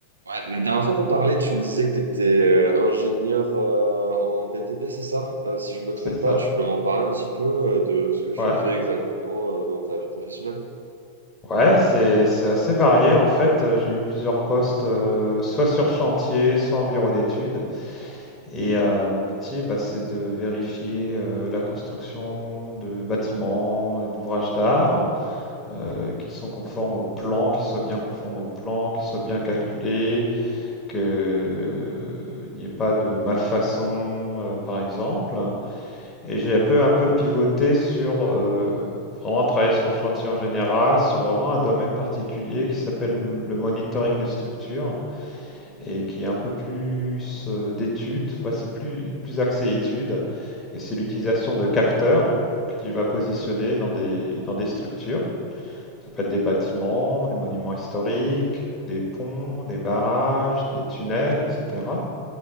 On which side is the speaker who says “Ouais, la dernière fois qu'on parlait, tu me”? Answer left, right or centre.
Right